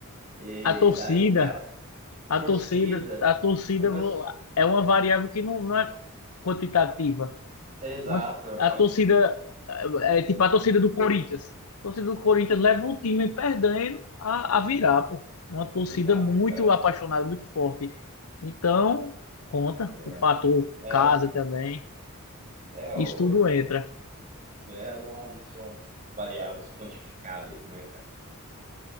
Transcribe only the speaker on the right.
E
daí, cara, a
torcida,
algumas.
É, exato,
a quali...
exato,
cara.
É,
é
é o.
É, não, há- não são variáveis quantificáveis, né, cara?